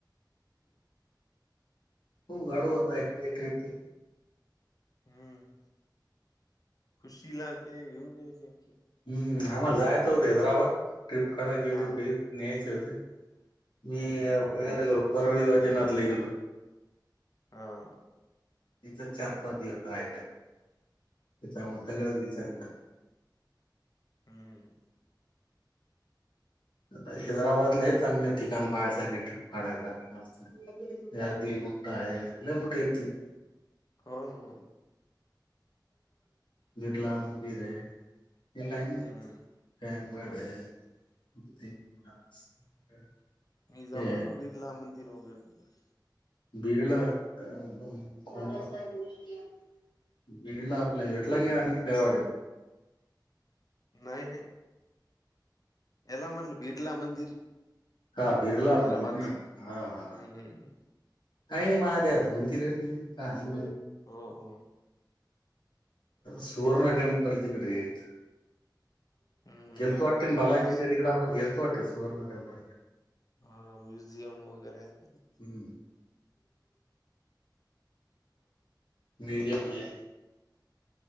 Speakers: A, on the left; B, on the left.
A: हो <unintelligible> आता एक ट्रीप
B: हम्म. खुशीला ते घेऊन <unintelligible>
A: हम्म, आम्हाला जायचं होत हैदराबाद ट्रिप करायची होती
B: हा
A: न्यायचे होते. मी
B: हम्म हम्म
A: ब गो परळी वैजीनाथला गेलो.
B: हा.
A: तिचा चार पाच दिवस राहिले, तेच्यामुळे
B: हम्म
A: सगळं दिस ना.
B: हम्.
A: आ हैदराबादला हे चांगले ठिकाण पाहण्यायसारे ट्रिप काढायसारखे मस्त. या दिल <unintelligible> मोठा इतन
B: हो ना.
A: बिरला मंदिर ये. <unintelligible>
B: हम्म मी जाऊन
A: हे
B: आलो, बीड ला मंदिर वगैर तिथं.
A: <unintelligible> बीड ला आपल्या भेटला घे, आणली काय वाडल.
B: नाही नाही. याला म्हणलं बिर्ला मंदिर.
A: हा बिरला
B: हैदराबादचं
A: मंदिर ना, हा हा.
B: हम्म हम्म, हम्म.
A: काही नाही मा त्याला म्हणती रे काही.
B: हो हो
A: सुवर्ण टेंपल तिकडे येत.
B: हम्म
A: गेलतो वाटते बालाजीच्या
B: म्युझ
A: तिकड, आपण गेलतो वाटते सुवर्णा टेम्पला.
B: हा म्युझियम वगैरे आहेत.
A: हम्म. म्युझियम आहे.